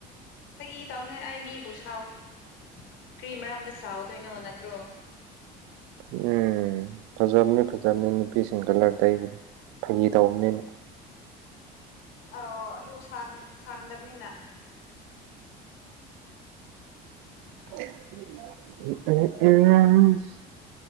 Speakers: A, on the left; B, on the right.
A: ꯐꯥꯒꯤ ꯇꯥꯎꯅꯦ ꯑꯩ ꯃꯤꯕꯨ ꯁꯥꯎꯗꯦ ꯀꯔꯤ ꯃꯔꯝꯗ ꯁꯥꯎꯗꯣꯏꯅꯣ ꯅꯠꯇ꯭ꯔꯣ
B: ꯎꯝ ꯐꯖꯕꯅꯤ ꯐꯖꯕꯅꯤ ꯅꯨꯄꯤꯁꯤꯡꯗꯂꯔ ꯇꯩꯕꯗ ꯐꯩ ꯇꯧꯕꯅꯤꯅ
A: ꯑ ꯑꯗꯨ ꯁꯥꯡꯗꯕꯅꯤꯅ ꯇꯇꯛ <inaudible>
B: ꯎꯝ ꯎꯝ